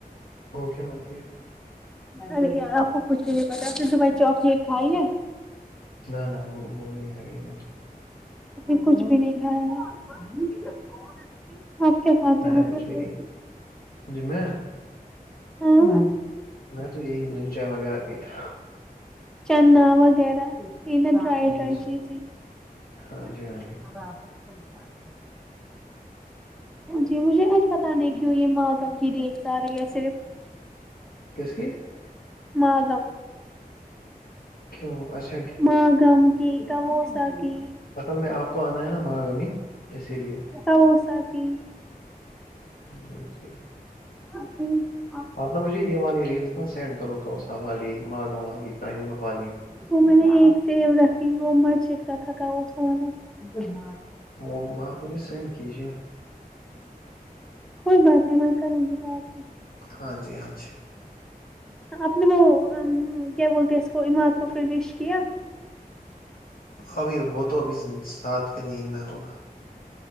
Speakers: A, on the left; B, in the centre.
A: وہ کیا ہوتی ہے
B: ارے یار آپ کو کچھ بھی نہیں پتا آپ نے جومائی چاکلیٹ کھائی ہے
A: نہ نہ م نہیں خئی ہے م
B: ابھی کچھ بھی نہیں کھایا آپ کیا کھاتے
A: میں نے
B: ہو
A: کچھ
B: پھر
A: بھی نہیں جم میں
B: ہوں <inaudible>
A: میں تو یہی نن چائے وغیرہ پیتا
B: چنا وغیرہ یہ نہ ڈرائی
A: جی
B: ڈرائی
A: جی
B: چیزیں
A: ہاں
B: دھنھی
A: جی ہاں جی
B: <inaudible> جی مجھے آج پت نہیں کیوں یہ ماگب کی ریلز آ رہی ہے صرف
A: کس کی
B: مدم
A: کیوں اسے
B: ماگم کی کموسا کی
A: اصل میں آپ کو آنا ہے نا مہاگمی اسی لیے
B: سوس کی
A: جی جی
B: ا جی <inaudible>
A: آپ نے مجھے یہ والی ریلس نہا سینڈ کرو کوسا والی ماگم والی کاانم والی
B: وہ میں نے ایک سیب رکھھی وہچ کھا کا سا ون
A: وہ آپ مجھے سینڈ کیجے
B: کوئی بات نہیں میں کروں گی بات
A: ہاں جی ہاں جی
B: آپ نے وہ کیا بولتے ہیں اس کو اماد کو پھر بیش کیا
A: ابھی وہ تو ابھی ساتھ پہ نیندنا ہوگا